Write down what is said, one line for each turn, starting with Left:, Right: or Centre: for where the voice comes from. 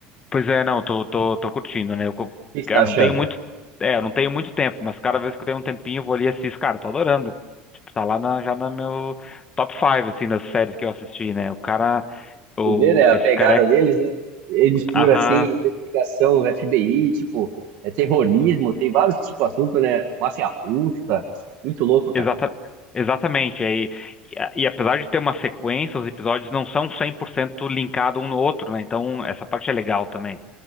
Left: Pois é, não, tô, tô, tô curtindo, né? Eu, co-
Right: O que você
Left: cara,
Right: tá achando?
Left: não tenho muito, é, eu não tenho muito tempo, mas cada vez que eu tenho um tempinho, eu vou ali e assisto. Cara, tô adorando. Tipo, tá lá na, já no meu top 5, assim, das séries que eu assisti, né? O cara, o,
Right: Você vê, né, a
Left: esse
Right: pegada
Left: cara é,
Right: deles, né? Ele mistura,
Left: aham,
Right: assim, investigação, FBI, tipo, é terrorismo, tem vários tipos de assunto, né? Máfia russa, muito louco, cara.
Left: exata, exatamente. aí e, a- e apesar de ter uma sequência, os episódios não são 100% linkados um no outro, né? Então, essa parte é legal também.